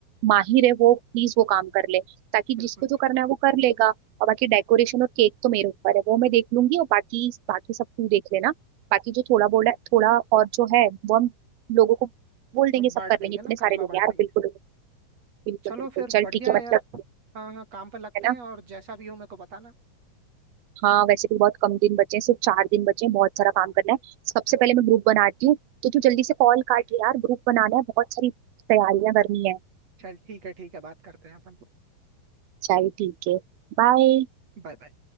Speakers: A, on the right (about 85°); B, on the right (about 45°).
A: माहिर है वो प्लीज वो काम कर ले ताकि
B: बिल्कुल
A: जिसको जो
B: बिल्कुल
A: करना है वो कर लेगा और बाकी डेकोरेशन और केक तो मेरे ऊपर है वो मैं देख लूंगी और बाकी बाकी सब तू देख लेना बाकी जो थोड़ा बोला थोड़ा और जो है वो हम लोगों को बोल
B: हम
A: देंगे
B: बांट
A: सब कर
B: देंगे
A: लेंगे इतने
B: ना काम
A: सारे
B: में
A: लोग
B: बांट
A: हैं यार
B: देंगे
A: बिल्कुल बिल्कुल
B: चलो
A: बिल्कुल
B: फिर
A: चल
B: बढ़िया
A: ठीक है
B: है
A: मतलब
B: यार हाँ हाँ काम पे लगते
A: है
B: हैं
A: ना
B: और जैसा भी हो मेरे को बताना
A: हाँ वैसे भी बहुत कम दिन बचे हैं सिर्फ चार दिन बचे हैं बहुत सारा काम करना है सबसे पहले मैं ग्रुप बनाती हूँ तो तू जल्दी से कॉल काट ले यार ग्रुप बनाना है बहुत सारी तैयारियां करनी है
B: चल ठीक है ठीक है बात करते हैं अपन
A: चल ठीक है बाय
B: Bye bye